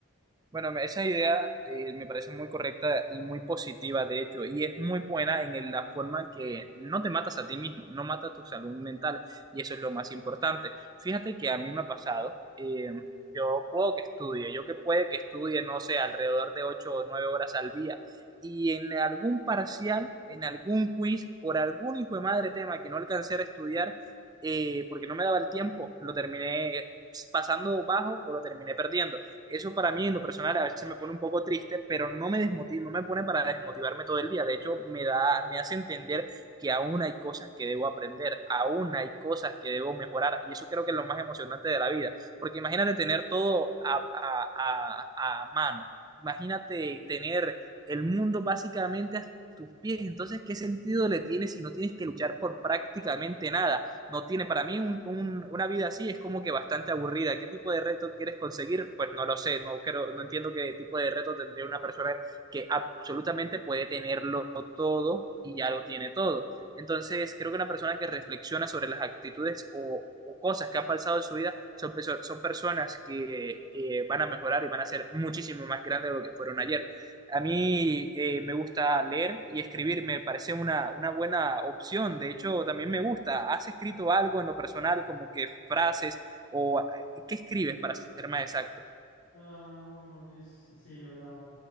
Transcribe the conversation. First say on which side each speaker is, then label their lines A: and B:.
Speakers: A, on the right; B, on the left.
A: Bueno, me- esa idea eh, me parece muy correcta y muy positiva, de hecho, y es muy buena en el- la forma que no te matas a ti mismo, no matas tu salud mental, y eso es lo más importante. Fíjate que a mí me ha pasado, eh, yo puedo que estudie, yo que puede que estudie, no sé, alrededor de 8, o 9 horas al día, y en algún parcial, en algún quiz, por algún hijo de madre tema que no alcancé a estudiar, eh, porque no me daba el tiempo, lo terminé eh, pasando bajo o lo terminé perdiendo. Eso para mí en lo personal a veces me pone un poco triste, pero no me desmotiva, no me pone para desmotivarme todo el día. De hecho, me da, me hace entender que aún hay cosas que debo aprender, aún hay cosas que debo mejorar, y eso creo que es lo más emocionante de la vida, porque imagínate tener todo a, a, a, a mano, imagínate tener el mundo básicamente a tus pies, entonces, ¿qué sentido le tiene si no tienes que luchar por prácticamente nada? no tiene para mí un- un- una vida así es como que bastante aburrida. ¿Qué tipo de reto quieres conseguir? Pues no lo sé, no creo, no entiendo qué tipo de reto tendría una persona que absolutamente puede tenerlo todo y ya lo tiene todo. Entonces, creo que una persona que reflexiona sobre las actitudes o, o cosas que han pasado en su vida son, perso- son personas que eh, van a mejorar y van a ser muchísimo más grandes de lo que fueron ayer. A mí eh, me gusta leer y escribir, me parece una, una buena opción. De hecho, también me gusta. ¿Has escrito algo en lo personal, como que frases o eh, qué escribes para ser más exacto?
B: Ah, bueno, es, sí, o sea,